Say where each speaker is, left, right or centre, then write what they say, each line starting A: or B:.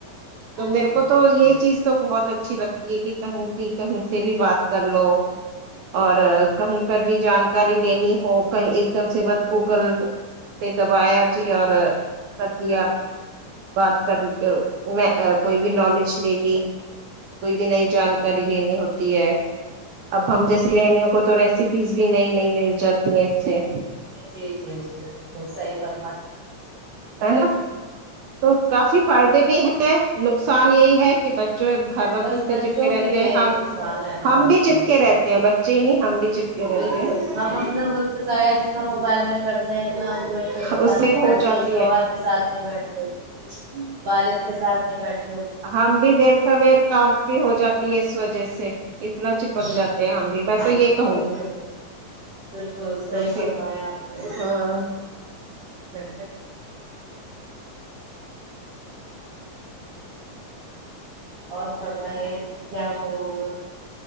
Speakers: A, on the right; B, on the right.
A: تو میرے
B: جی
A: کو
B: جی
A: تو یہ
B: جی
A: چیز تو بہت اچھی لگتی ہے کہ کہیں بھی کہیں سے بھی بات کر لو اور کہیں پر بھی جانکاری لینی ہو کہیں ایک دم سے بس گوگل پہ دبایا جی اور کر لیا میں کوئی بھی نالج لے لی کوئی بھی نئی جانکاری لینی ہوتی ہے اب ہم جیسے گانیوں کو تو ریسیپیز بھی نئی نئی مل جاتی ہیں اس سے
B: جی جی جی بالکل صحی فر
A: ہے نا تو کافی فائدے بھی ہیں نقصان یہی ہے کہ بچے ہر وقت
B: بس
A: اس
B: بچوں
A: سے چپکے رہتے
B: کے لیے
A: ہیں
B: نقصان ہے ہاں
A: ہم بھی
B: جی ہاں
A: چپکے
B: جی
A: رہتے ہیں بچے ہی نہیں ہم بھی چپکے رہتے
B: بالکل
A: ہیں
B: ہم اپنا وقت ائ جتنا موبائل میں کرتے ہیں اتنا اپنے بچوں کے ساتھ
A: اس دیر
B: نہیں بیٹھتے
A: ہو جاتی
B: شوہر
A: ہے
B: کے ساتھ نہیں بیٹھتے والد کے ساتھ بیٹھ
A: ہم بھی دیر سویر کام پ ہو جاتی ہے وجہ جیسے اتنا چپک
B: بالکل
A: جاتے ہیں ہم بھی میں تو یہ
B: بالکل
A: کہوں گی
B: بالکل بالکل صحیح
A: تو پھر
B: فرمایا آپ نے
A: ہاں ب <inaudible>
B: اور فرنا یہ کیا ہو رہا ہے